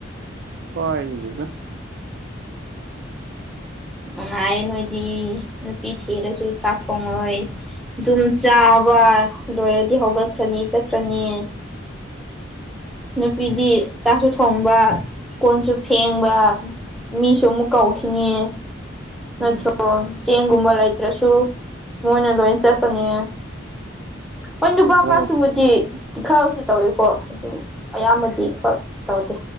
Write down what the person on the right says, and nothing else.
ꯄꯥꯏꯅꯤꯗ
ꯎꯝ
ꯗ ꯀꯅꯥꯅ